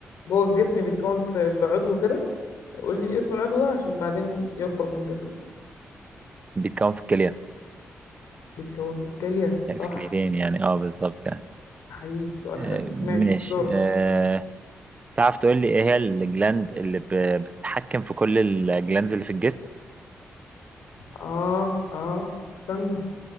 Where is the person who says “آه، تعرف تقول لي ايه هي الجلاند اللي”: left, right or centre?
Right